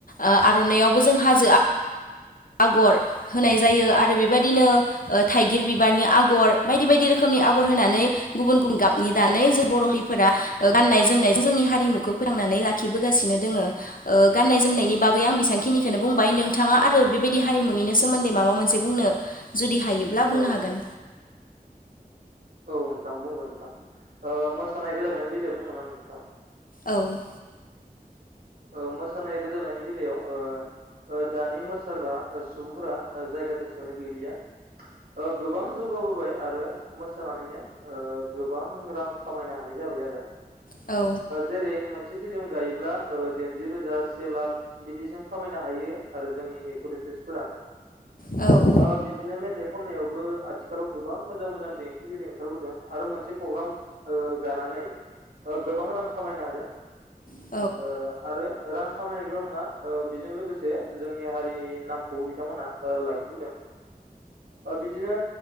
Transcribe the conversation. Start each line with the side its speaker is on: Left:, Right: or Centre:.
Left: आ-आर'नाइआवबो जों हाजो आ आगर होनाय जायो आरो बेबायदिनो ओ थाइगिर बिबारनि आगर बायदि बायदि रोखोम नि आगर होनानै गुबुन गुबुन गाबनि दनानै जों बर' हारिफोरा गाननाय जोमनाय जोंनि हारिमुखौ फो थांनानै लाखिबोगासिनो दोङो। ओ गान्नाय जोमनायनि बागै आं बेसेबांखिनिखौनो बुंबाय नोंथाङा आरो बेबायदि हारिमुनिनो सोमोन्दै माबा मोनसे बुंनो जुदि हायोब्ला
Right: औ
Left: बुंनो हागोन।
Right: औ नोंथां बुंगोन नोंथां मोसानाय रोजाबनायनि बेलायाव बुंगोन आं नोंथां।
Left: औ।
Right: ओ मोसानाय रोजाबनि बेलायाव ओ ओ दानि मोसाग्रा सुबुंफोरा जाय गा थाइसेयावनो गैलिया ओ गोबां जौगाबोबाय आरो मोसानानैनो ओ गोबां रां खामायनो हानाय जाबाय आरो।
Left: औ
Right: जेरै मोन से फिल्म गायोब्ला ओ दाइनजि रोजा से लाख बिदिसिम खामा हायो आरो जोंनि एक्टर एकट्रिसफोरा
Left: औ
Right: ओ बिदिनो मेथाइ खननायावबो आथिखालाव गोबां मोजां मोजां देंखोगिरि ओंखारबोदों आरो मोनसे प्रग्राम ओ गानानै गोबां रां खामायनो हादों।
Left: औ
Right: ओ आरो रां खामायनायल' नङा ओ बेजों लोगोसे जोंनि हारिनि नामखौ बिथांमोना ओ लाखिबोदों। ओ बिदिनो